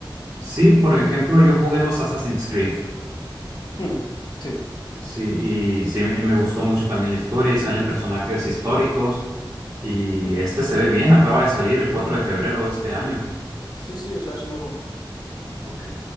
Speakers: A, on the right; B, on the left.
A: Sí, por ejemplo,
B: <clears throat>
A: yo jugué los Assassin's Creed.
B: Mm, mm, sí.
A: Sí, y sí, me me gustó mucho también la historia y salen personajes históricos. Y
B: Mm,
A: este se ve bien, acaba de salir el 4 de febrero de este año.
B: sí, sí, o sea, es nuevo.
A: Ok,